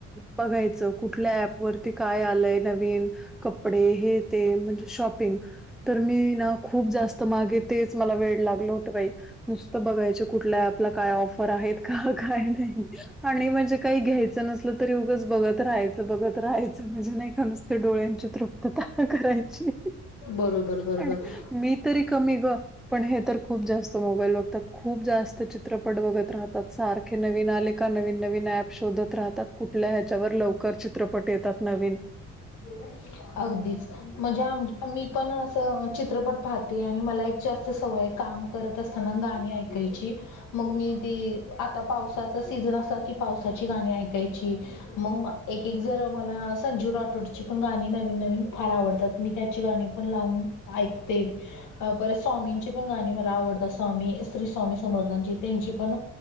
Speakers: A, in the centre; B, on the left.
A: बघायच कुठल्या ॲप वरती काय आलंय नवीन. कपडे हे ते म्हणजे शॉपिंग. तर मी ना खूप जास्त मागे तेच मला वेळ लागल होत बाई. नुसतं बघायचे कुठल्या ॲपला काय ऑफर आहेत का काय नाही आणि म्हणजे काही घ्यायचं नसलं तरी उगंच बघत राहायचं बघत राहायचं म्हणजे नाही का नुसतते डोळ्यांची तृप्तता करायची.
B: बरोबर बरोबर
A: आणि मी तरी कमी ग पण हे तर, खूप जास्त मोबाईल बघतात खूप जास्त चित्रपट बघत राहतात सारखे नवीन आले का नवीन नवीन ॲप शोधत राहतात कुठल्या ह्याच्यावर लवकर चित्रपट येतात नवीन.
B: <unintelligible> अगदीच. म्हणजे आम मी पण असं चित्रपट पाहते आणि मला एक जास्त सवय काम करत असताना गाणी ऐकायची. मग मी ते आता पावसाचा सीझन असला कि पावसाची गाणी ऐकायची. मग एक एक जर मला संजीव राठोडची पण गाणी नवीन नवीन फार आवडतात मी त्याची गाणी पण लावून ऐकते. बरेच स्वामींची पण गाणी मला आवडतात. स्वामी श्री स्वामी समर्थांची त्यांची पण